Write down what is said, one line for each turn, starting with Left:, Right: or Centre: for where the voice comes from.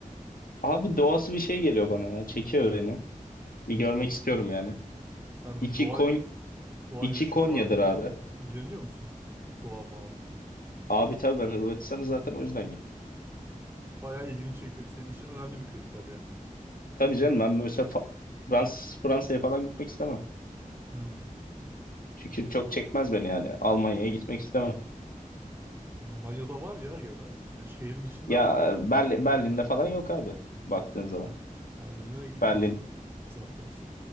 Left: Abi doğası bir şey geliyor bana ya. Çekiyor beni. Bir
Right: Hı.
Left: görmek istiyorum yani.
Right: Sen
Left: İki
Right: bu doğa
Left: Kon
Right: doğa
Left: iki
Right: yürüyüşü
Left: Konya'dır
Right: falan ilgili
Left: abi.
Right: ilgileniyor musun? Doğa mı?
Left: Abi tabii ben Hırvatistan'ı zaten o yüzden gittim.
Right: Bayağı ilgini çekiyor. Senin için önemli bir kriter ya.
Left: Tabii canım ben mesela Fa- Frans Fransa'ya falan gitmek istemem.
Right: Hmm.
Left: Çünkü çok çekmez beni yani. Almanya'ya gitmek istemem.
Right: Almanya'da var ya gene. Ya şehrin içinde
Left: Ya
Right: ama
Left: Berlin, Berlin'de falan yok abi baktığın zaman.
Right: Be- Berlin'e gitme
Left: Berlin
Right: canım. Zaten.